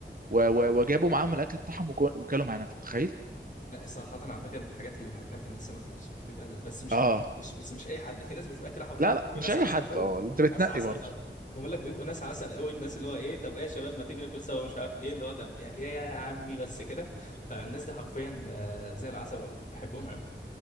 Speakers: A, on the right; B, on the left.
A: و- و- وجابوا معاهم الاكل بتاعهم وكل- وكلوا معانا انت متخيل
B: صراحة على فكرة من الحاجات اللي بحبها في الناس هنا في مصر بيبقى ال- بس مش
A: اه
B: م- مش بس مش أي حد في ناس بتبقى كده حرفيا
A: لا
B: بيبقوا
A: لا مش
B: ناس
A: اي
B: عسل
A: حد
B: قوي
A: اه انت بتنقي
B: ناس عسل
A: برضه
B: قوي بقول لك بيبقوا ناس عسل قوي الناس اللي هو إيه طب إيه يا شباب ما تيجي ناكل سوا مش عارف إيه اللي هو طب يا- إيه يا عمي بس كده فالناس دي حرفيا آه، زي العسل والله بحبهم قوي